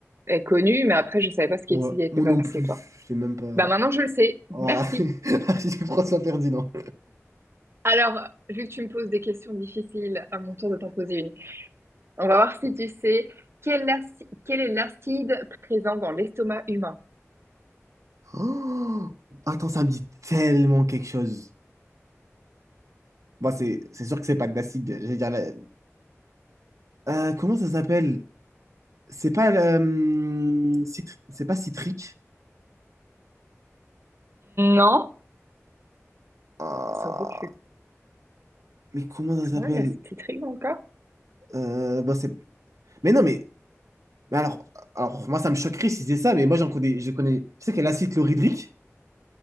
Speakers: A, on the right; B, on the right.
A: est connu, mais après, je ne savais pas ce qui
B: Ouais,
A: s'y était
B: moi
A: passé,
B: non plus,
A: quoi.
B: je sais même pas.
A: Ben maintenant, je le sais.
B: Voilà,
A: Merci.
B: <laughs> l'archiduc François Ferdinand.
A: Alors, vu que tu me poses des questions difficiles, à mon tour de t'en poser une. On va voir si tu sais quel, aci- quel est l'acide présent dans l'estomac humain.
B: Oh Attends, ça me dit tellement quelque chose. Bon, c'est c'est sûr que c'est pas de l'acide. J'allais dire la- Euh, comment ça s'appelle? C'est pas euh, citr- c'est pas citrique.
A: Non.
B: Ah,
A: Ça aurait pu.
B: mais comment ça
A: Est-ce qu'on
B: s'appelle?
A: a de l'acide citrique dans le corps?
B: Euh, bah, c'est- mais non mais, mais alors alors moi ça me choquerait si c'est ça, mais moi j'en connais je connais. Je sais qu'il y a l'acide chlorhydrique